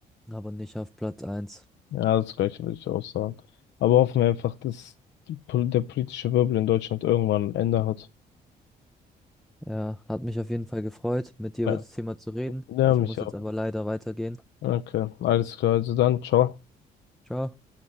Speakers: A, in the centre; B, on the left.
A: aber nicht auf Platz eins.
B: Ja, das gleiche würde ich auch sagen. Aber hoffen wir einfach, dass die, Pol- der politische Wirbel in Deutschland irgendwann ein Ende hat.
A: Ja, hat mich auf jeden Fall gefreut, mit dir
B: Ja.
A: über das Thema zu reden.
B: Ja,
A: Ich
B: mich
A: muss
B: auch.
A: jetzt aber leider weitergehen.
B: Okay, alles klar. Also dann, ciao.
A: Ciao.